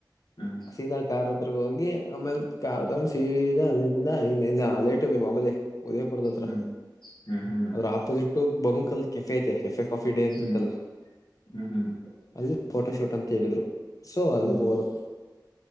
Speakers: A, on the left (about 80°); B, on the left (about 50°).
A: ಹ್ಮ್
B: ಸೀದಾ ಕಾರ ಪ್ರೀ ಹೋಗಿ ಆಮೇಲ್ ಕಾರ್ ತಂಗ ಸೀದಾ ಅಲ್ಲಿಂದ ಇ ಇ ಲೇಟು ಬಿ ಮಾಮೂಲಿ ಉದಯ್ ಪುರದತ್ರ
A: ಹ್ಮ್ ಹ್ಮ್ ಹ್ಮ್
B: ಅವ್ರ್ ಆಪೋಸಿಟ್ಟು ಬೊಂಕಲ್ ಕೆಫೇ ಐತೆ. ಕೆಫೆ ಕಾಫಿ ಡೇ ಅಂತ
A: ಹ್ಮ್
B: ಇತ್ತಲ್ಲ
A: ಹ್ಮ್
B: ಅಲ್ ಫೋಟೋ ಶೂಟ್ ಅಂತ್ ಹೇಳಿದ್ರು ಸೊ ಅಲ್ಲಿಗ್
A: ಹ್ಮ್
B: ಹೋದೆ.